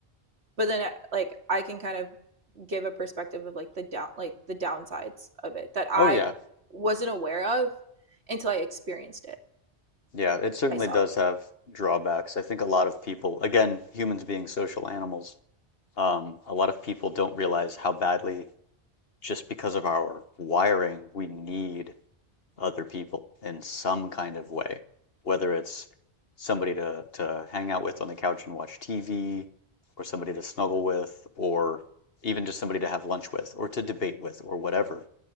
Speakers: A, on the right (about 70°); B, on the left (about 60°).
A: but then uh, like i can kind of give a perspective of like the down like the downsides of it that i
B: Oh yeah,
A: wasn't aware of until i experienced it
B: Yeah, it certainly
A: myself
B: does have drawbacks. I think a lot of people, again, humans being social animals, um, a lot of people don't realize how badly, just because of our wiring, we need other people in some kind of way, whether it's somebody to to hang out with on the couch and watch TV, or somebody to snuggle with, or even just somebody to have lunch with, or to debate with, or whatever.